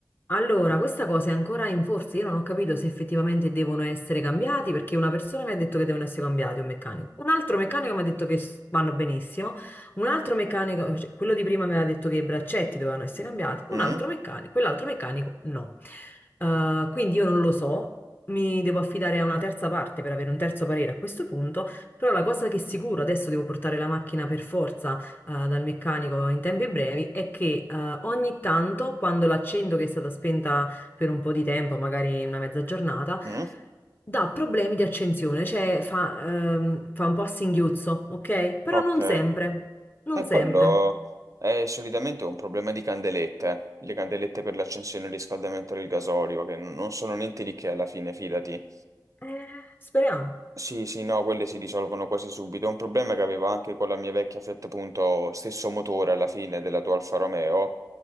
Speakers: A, on the left (about 25°); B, on the right (about 45°).
A: Allora, questa cosa è ancora in forza. Io non ho capito se effettivamente devono essere cambiati, perché una persona mi ha detto che devono essere cambiati, un meccanico. Un altro meccanico mi ha detto che s- vanno benissimo. Un altro meccanico, cioè, quello di prima mi aveva detto che i braccetti dovevano essere cambiati. Un
B: Mm?
A: altro meccanico, quell'altro meccanico no. Eh, quindi io non lo so. Mi devo affidare a una terza parte per avere un terzo parere a questo punto, però la cosa che è sicuro, adesso devo portare la macchina per forza eh, dal meccanico in tempi brevi è che eh, ogni tanto quando l'accendo che è stata spenta per un po' di tempo, magari una mezza giornata,
B: Mm?
A: dà problemi di accensione, cioè fa, ehm, fa un po' a singhiozzo, ok? Però
B: Ok,
A: non sempre, non
B: e
A: sempre.
B: quello è solitamente un problema di candelette, le candelette per l'accensione e il riscaldamento del gasolio, che non sono niente di che alla fine, fidati.
A: Eh, speriamo.
B: Sì, sì, no, quelle si risolvono quasi subito. Un problema che avevo anche con la mia vecchia Fiat Punto, stesso motore alla fine della tua Alfa Romeo,